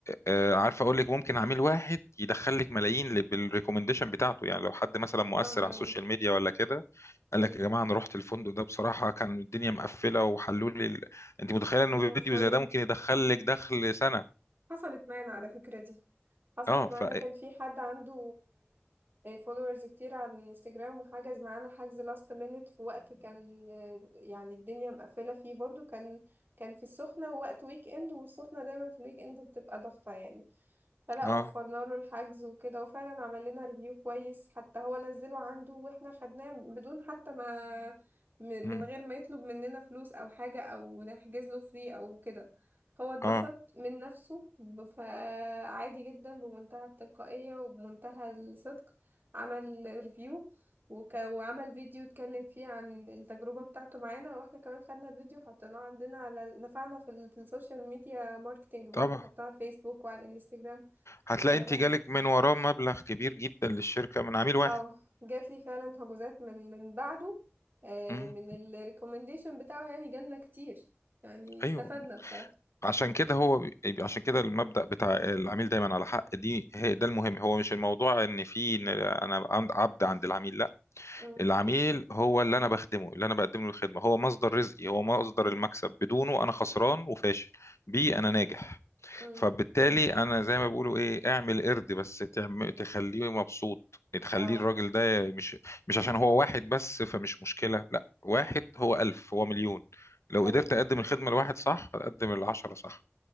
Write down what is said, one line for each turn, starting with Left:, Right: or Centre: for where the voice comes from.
Left: آه، عارف اقول لك ممكن عميل واحد يدخل لك ملايين ل- بالريكومنديشن بتاعته يعني لو حد مثلا مؤثر
Right: اه طبعا
Left: على السوشيال ميديا ولا كده قال
Right: مم.
Left: لك يا جماعه انا رحت الفندق ده بصراحه كان الدنيا مقفله وحلوا لي ال... انت متخيله انه
Right: وفروا
Left: فيديو زي ده ممكن يدخل لك دخل سنه
Right: حصلت معانا على فكرة دي حصلت
Left: اه ف
Right: معانا كان في حد عنده فولورز كتير على الانستجرام وحجز معانا حجز لاست مينت في وقت كان آه، يعني الدنيا مقفلة فيه برضو كان كان في السخنة وقت ويك اند والسخنة دايما في الويك اند بتبقى ضغطة يعني فلا
Left: اه
Right: وفرنا له الحجز وكده وفعلا عمل لنا ريفيو كويس حتى هو نزله عنده واحنا خدناه بدون حتى ما م- من
Left: مم.
Right: غير ما يطلب مننا فلوس او حاجة او نحجز له فري او كده هو اتبسط
Left: اه
Right: من نفسه ب- فعادي جدا بمنتهى التلقائية وبمنتهى الصدق عمل ريفيو وك... وعمل فيديو اتكلم فيه عن التجربة بتاعته معانا واحنا كمان خدنا الفيديو وحطيناه عندنا على نفعنا في, ال... في السوشيال ميديا ماركتينج برضه
Left: طبعا
Right: حطيناه على الفيسبوك وعلى الانستجرام
Left: هتلاقي
Right: فلا
Left: انت جالك من وراه مبلغ كبير جدا للشركه من عميل واحد
Right: اه جات لي فعلا هجوزات من من بعده آه،
Left: مم.
Right: من الريكومنديشن بتاعه يعني جالنا كتير يعني استفدنا
Left: ايوه
Right: بصراحة
Left: عشان كده هو بي- عشان كده المبدأ بتاع العميل دايما على حق دي هي ده المهم هو مش الموضوع ان في إن انا عند- عبد عند العميل لا
Right: امم
Left: العميل هو اللي انا بخدمه اللي انا بقدم له الخدمه هو مصدر رزقي هو مصدر المكسب بدونه انا خسران وفاشل بيه انا ناجح
Right: <laughs> امم
Left: فبالتالي انا زي ما بيقولوا ايه اعمل قرد بس تعم- تخليه مبسوط تخليه
Right: اه
Left: الراجل ده مش مش عشان هو واحد بس فمش مشكلة لا واحد هو ألف هو مليون لو
Right: طيب
Left: قدرت اقدم الخدمة لواحد صح اقدم العشرة صح